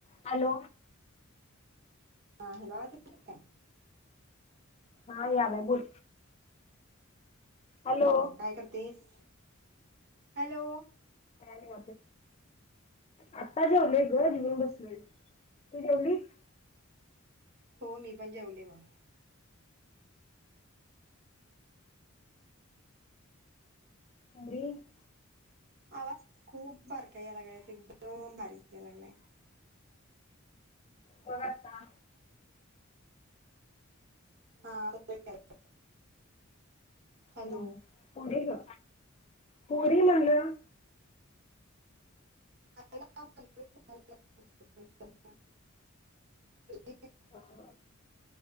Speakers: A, on the left; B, on the right.
A: Hello.
B: हा hello आज <unintelligible> राज
A: हा याला. बोल हॅलो
B: काय करतेस? हॅलो.
A: का म आता जेवल ग जेवून बसलोय तू जेवलीस?
B: हो मी पण जेवले ब
A: अी <unintelligible>
B: आवाज खूप बारीक याय लागलाय एकदम बारीक याय लागलाय.
A: बघता.
B: हा. <unintelligible> हॅलो
A: हम्म पुढे ग फोडीन म्हणलं.
B: <unintelligible>
A: ह